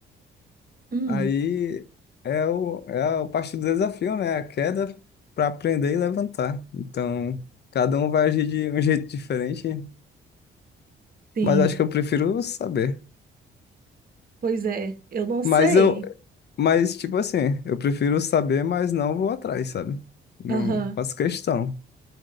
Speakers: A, on the right (about 45°); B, on the left (about 55°).
A: Hum,
B: aí é o, é o parte do desafio, né? A queda para aprender e levantar. Então, cada um vai agir de um jeito diferente.
A: sim.
B: Mas acho que eu prefiro saber.
A: Pois é, eu não
B: Mas
A: sei.
B: eu, mas tipo assim, eu prefiro saber, mas não vou atrás, sabe? Não
A: Aham,
B: faço questão.